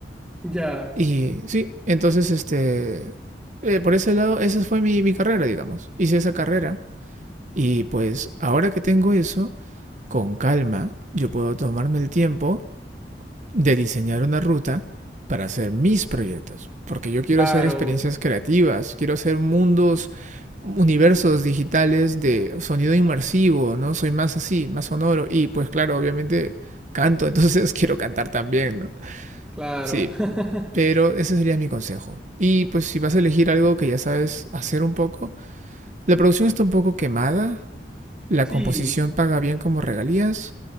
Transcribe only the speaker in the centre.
ya,
claro,
claro.
<laughs>
Sí,